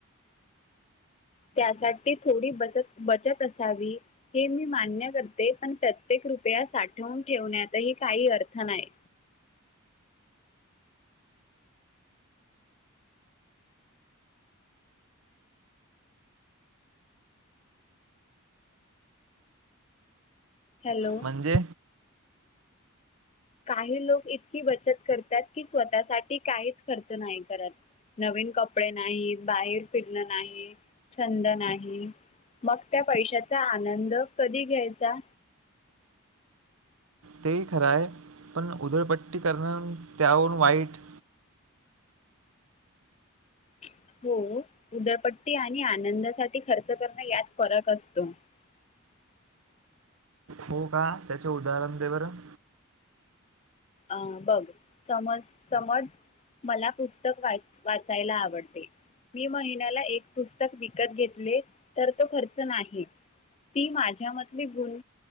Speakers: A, on the left; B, on the right.
A: त्यासाठी थोडी बसत बचत, असावी हे मी मान्य करते. पण प्रत्येक कृपया साठवून, ठेवण्यातही काही अर्थ नाही. हॅलो
B: म्हणजे
A: काही लोक इतकी बचत करतात, की स्वतःसाठी काहीच खर्च नाही करत. नवीन कपडे नाहीत बाहेर फिरण नाही छंद नाही. मग त्या पैशाचा, आनंद कधी घ्यायचा.
B: तेही खरं आहे पण उधळपट्टी करण त्यावरून वाईट -
A: ह हो उदळपट्टी आणि आनंदासाठी खर्च करणं यात फरक असतो. <unintelligible>
B: हो का? त्याचे उदाहरण दे बर -
A: अं बघ समज- समज मला पुस्तक वा वाचायला आवडते. मी महिन्याला एक पुस्तक विकत घेतले तर तो खर्च नाही. ती माझ्यामधली गुण